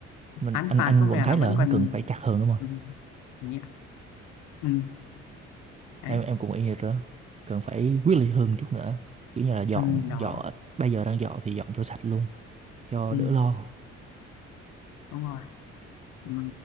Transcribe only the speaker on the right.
Mình
anh
anh
vẫn thấy
là không
cần phải chặt hơn đúng không?
Em em cũng y như đó. Cần phải quyết liệt hơn chút nữa. Kiểu như là dọn
dọn bây giờ đang dọn thì dọn cho sạch luôn cho
đỡ lo.